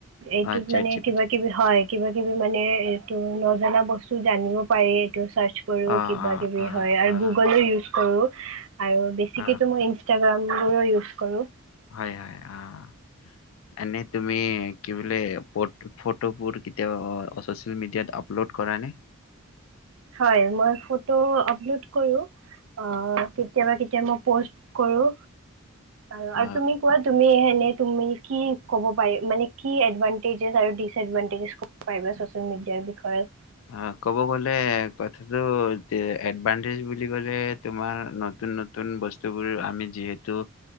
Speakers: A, on the right (about 70°); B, on the left (about 70°).
A: এইটোত
B: অ', চেট
A: মানে
B: জি পি
A: কিবা
B: টি।
A: কিবি হয় কিবা কিবি মানে এইটো নজনা বস্তু জানিব পাৰি টো চাৰ্চ কৰো
B: অ',
A: কিবা
B: অ',
A: কিবি
B: অ',
A: হয় আৰু
B: অ',
A: গুগলো ইউজ কৰো আৰু বেছিকেতো
B: অ',
A: মই ইন ইষ্টাগ্ৰামবোৰো ইউজ কৰোঁ
B: হয় হয় অহ এনে তুমি কি বোলে ফটোবোৰ কেতিয়াবা ছচিয়েল মিডিয়াত আপলোড কৰা নে
A: হয় মই ফটো আপলোড কৰোঁ অ কেতিয়াবা কেতিয়াবা মোক প'ষ্ট কৰোঁ আৰু
B: অ
A: আৰু তুমি কোৱা তুমি তুমি কি ক'ব পাৰি মানে কি এদভানটেজ আৰু দিচ এদভানটেজৰ ক'ব পাৰিবা চচিয়েল মিডিয়াৰ বিষয়ে
B: অ ক'ব গলে কথাটো এডভানটেজ বুলি ক'লে তোমাৰ নতুন নতুন বস্তুবোৰ আমি যিহেতু